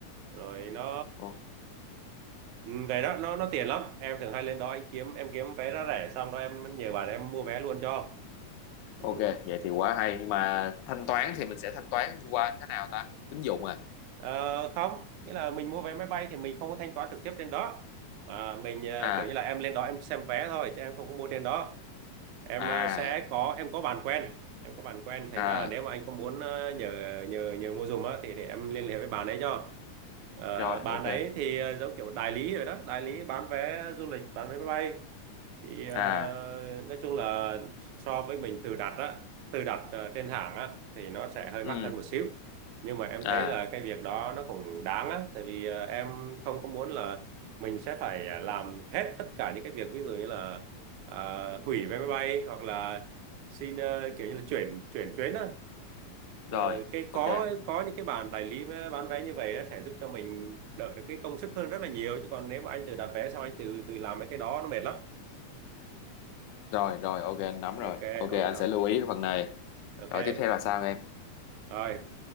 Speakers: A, on the right; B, on the left.
A: rồi nó
B: O-
A: ừ, về đó nó nó tiện lắm em thường hay lên đó anh kiếm em kiếm vé giá rẻ xong đó em, em nhờ bạn em mua vé luôn cho
B: ok
A: ừ.
B: vậy thì quá hay nhưng mà thanh toán thì mình sẽ thanh toán qua thế nào ta tín dụng à
A: Ờ, không nghĩa là mình mua vé máy bay thì mình không có thanh toán trực tiếp trên đó mà mình ờ,
B: à
A: kiểu như là em lên đó em xem vé thôi chứ em không có mua trên đó em
B: à
A: ờ, sẽ có em có bạn quen em có bạn quen thành
B: à
A: ra là nếu mà anh không muốn ờ, nhờ nhờ nhờ mua giùm á thì để em liên hệ với bạn ấy cho Ờ,
B: rồi
A: bạn
B: ok
A: ấy thì ờ, giống kiểu đại lý rồi đó đại lý bán vé du lịch bán vé máy bay thì ờ,
B: à
A: nói chung là so với mình tự đặt á tự đặt ờ, trên hàng á thì nó sẽ hơi
B: ừ
A: mắc hơn một xíu nhưng mà em
B: à
A: thấy là cái việc đó nó cũng đáng á tại vì ờ, em không có muốn là mình sẽ phải ờ, làm hết tất cả những cái việc ví dụ như là ờ, hủy vé máy bay hoặc là xin ờ, kiểu như là chuyển chuyển chuyến á
B: rồi
A: Ờ, cái
B: ok
A: có có những cái bàn đại lý vé- bán vé như vậy á, sẽ giúp cho mình đỡ được cái công sức hơn rất là nhiều chứ còn nếu mà anh tự đặt vé xong anh tự tự làm mấy cái đó nó mệt lắm
B: rồi rồi ok anh nắm rồi
A: ok
B: ok anh
A: ok hả?
B: sẽ lưu ý cái phần này
A: ok
B: rồi tiếp theo là sao em
A: rồi